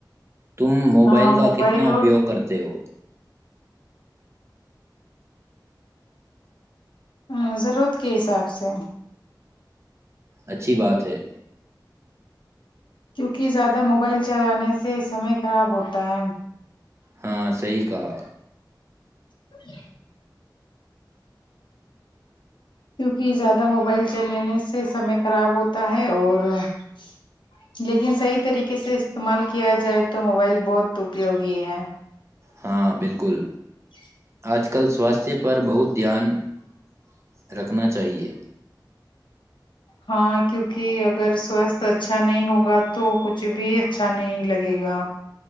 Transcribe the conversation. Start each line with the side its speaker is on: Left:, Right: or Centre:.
Right: تم موبائل
Left: ہاں
Right: کا کتنا اپیوگ
Left: اور
Right: کرتے ہو
Left: ہاں ضرورت کے حساب سے
Right: اچھی بات ہے
Left: کیونکہ زیادہ موبائل چلانے سے سمے خراب ہوتا ہے
Right: ہاں صحیح کہا
Left: <inaudible> کیونکہ زیادہ موبائل چلنے سے سے سمے خراب ہوتا <unintelligible> تا ہے اور <unintelligible> لیکن سی طریقے سے استعمال کیا جائے تو موبائل بہت اپیوگی ہے
Right: ہاں بالکل
Left: <inaudible>
Right: اج کل سواستھیہ <unintelligible> پر بہت دھیان <unintelligible> رکھنا چاہیے
Left: ہاں کیونکہ اگر سوستھ اچھا نہیں ہوگا تو کچھ بھی اچھا نہیں لگے گا